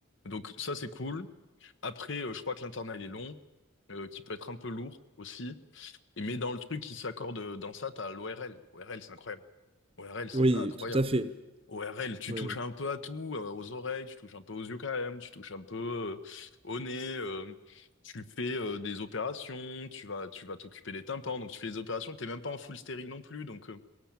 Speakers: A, on the left; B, on the right.
A: Donc ça c'est cool. Après, euh, je crois que l'internat il est long, euh, qui peut être un peu lourd aussi. Et mais dans le truc qui s'accorde euh, dans ça, t'as l'ORL. ORL, c'est incroyable. ORL, c'est
B: Oui,
A: incroyable.
B: tout à fait.
A: ORL, tu
B: Ouais.
A: touches un peu à tout, euh, aux oreilles, tu touches un peu aux yeux quand même, tu touches un peu euh, au nez, euh, tu fais euh, des opérations, tu vas tu vas t'occuper des tympans, donc tu fais des opérations, t'es même pas en full stérile non plus, donc euh,